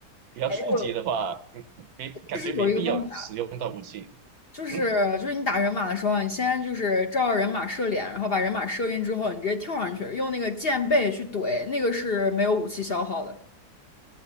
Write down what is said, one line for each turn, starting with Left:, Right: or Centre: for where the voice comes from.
Right: 比较初级的话，
Left: 哎，我
Right: 嗯没感觉没必要使用到武器。
Left: 其实有一个方法，就是就是你打人马的时候啊，
Right: 嗯。
Left: 你先就是照人马射脸，然后把人马射晕之后，你直接跳上去，用那个箭背去怼，那个是没有武器消耗的。